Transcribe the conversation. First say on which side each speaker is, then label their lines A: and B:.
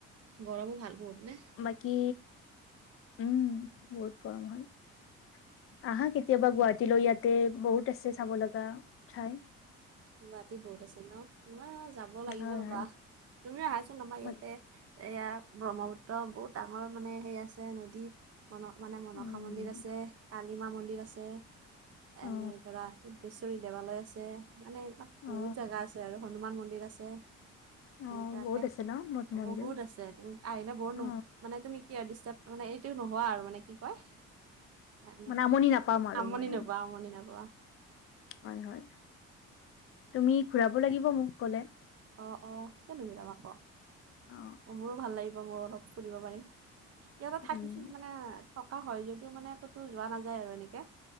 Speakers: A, on the right; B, on the left.
A: গৰমো ভাল বহুত নে?
B: বাকী উম বহুত গৰম হয় আহা কেতিয়াবা গুৱাহাটীলৈৈ ইয়াতে বহুত আছে চাব লগা ঠাই
A: গুৱাহাটী বহুত আছে ন মহ যাব লাগিব
B: হয়
A: ৰ'বা
B: হয়
A: তুমি আহাচোন আমাৰ ইয়াতে
B: বাকী
A: এয়া ব্ৰহ্মপুত্ৰ বহুত ডাঙৰ মানে সেই আছে নদী মন মানে মনসা
B: উম
A: মন্দিৰ আছে কালিমা মন্দিৰ আছে এনেই
B: অ
A: ধৰা সিদ্ধেশ্বৰী দেৱালয় আছে মানে এইাক বহুত
B: অ
A: জোগা আছে আৰু হনুমান মন্দিৰ আছে সেনেকুৱাকে
B: অ বহুত আছে ন মঠ মন্দিৰ
A: বহুত আছে আহিলে বৰনো
B: অ
A: মানে তুমি কি আৰু ডিষ্টাৰ মানে সও নোহোৱা আৰু মানে কি কয় এনে
B: মানে আমনি নাপাম আৰু
A: আমনি
B: মই মানে
A: নবোৱা আমনি নবোৱাা
B: হয় হয় তুমি ঘূৰাব লাগিব মোক ক'লে
A: অ অ সেই টোলাম আকৌ
B: অ
A: মোৰো ভাল লাগিব মই অলপ ফুৰিব পাৰিম ইয়াতে থাকিছো
B: উম
A: মানে থকা হয় যদিও মানে ক'তো যোৱা নাযায় আৰু এনেকে